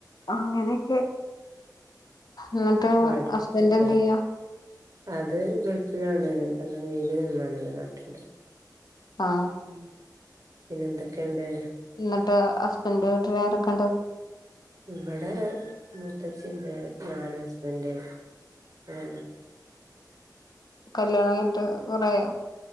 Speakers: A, on the left; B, on the right.
A: അങ്ങനെക്കെ ന്നിട്ട്
B: പാട്
A: ഹസ്ബന്റ്
B: ഇതെ
A: എന്ത്യ്യാ
B: അത് ഗൾഫിലാണ് പ്പ ലീവിന് വന്നാണ് നാട്ടിണ്ട്
A: ആ
B: ഉം പിന്നെ എന്തെക്കെണ്ട്
A: ന്നിട്ട് ഹസ്ബൻന്റെ വീട്ടില് ആരെക്കെണ്ട്
B: ഇവിടെ മൂത്തച്ചിണ്ട് ഞാനും ഹസ്ബന്റ് അതെന്നെ
A: കല്യാണം കഴഞ്ഞിട്ട് കൊറേ ആയോ